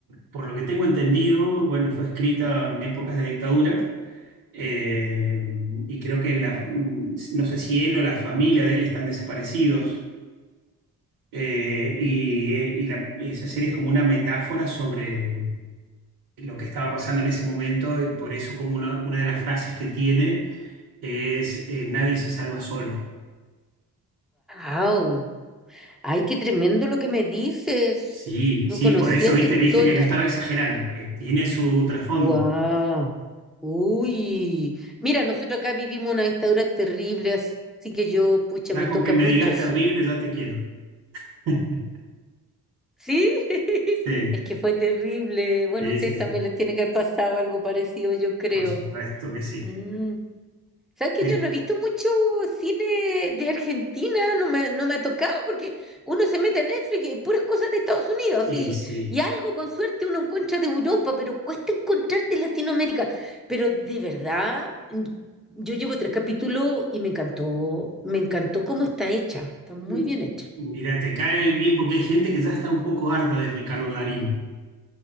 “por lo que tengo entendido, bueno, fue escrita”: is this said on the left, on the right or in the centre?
Right